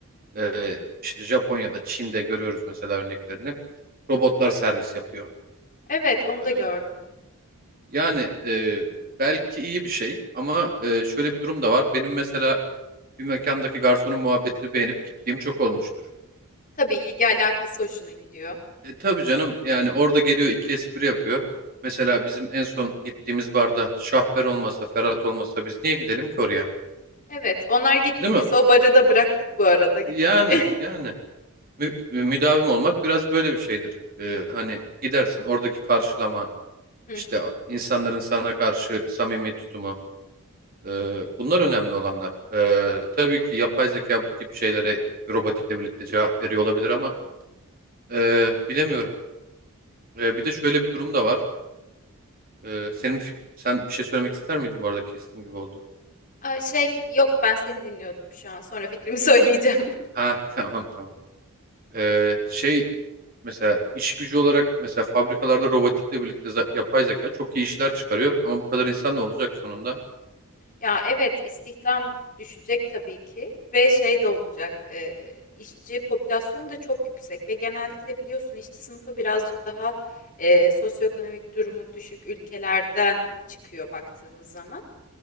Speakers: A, on the right; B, on the left.
A: e, işte Japonya'da, Çin'de görüyoruz mesela örneklerini. Robotlar servis yapıyor.
B: Evet, onu
A: Ee,
B: da gördüm.
A: yani e, belki iyi bir şey ama e, şöyle bir durum da var. Benim mesela bir mekandaki garsonun muhabbetini beğenip gittiğim çok olmuştur.
B: Tabii ilgi alakası hoşuna gidiyor.
A: E, tabii canım yani orada geliyor iki espri yapıyor. Mesela bizim en son gittiğimiz barda Şahber olmasa Ferhat olmasa biz niye gidelim ki oraya?
B: Evet, onlar gitti
A: Değil mi?
B: biz o barı da bıraktık bu arada gitmeyi.
A: Yani yani Mü- müdavim olmak biraz böyle bir şeydir. E, hani gidersin oradaki karşılama
B: <laughs> Hı
A: işte
B: hı.
A: insanların sana karşı samimi tutumu e, bunlar önemli olanlar. E, tabii ki yapay zeka bu tip şeylere robotikle birlikte cevap veriyor olabilir ama e, bilemiyorum. E, bir de şöyle bir durum da var. Ee, senin bir fik- sen bir şey söylemek ister miydin bu arada kestim gibi oldu.
B: Aa, şey yok ben seni dinliyordum şu an. Sonra fikrimi <laughs> söyleyeceğim.
A: Ha <laughs> tamam tamam. Ee, şey mesela iş gücü olarak mesela fabrikalarda robotikle birlikte za- yapay zeka çok iyi işler çıkarıyor ama bu kadar insan ne olacak sonunda?
B: Ya evet istihdam düşecek tabii ki ve şey de olacak e, işçi popülasyonu da çok yüksek ve genellikle biliyorsun işçi sınıfı birazcık daha e, sosyoekonomik durumu düşük ülkelerden çıkıyor baktığımız zaman.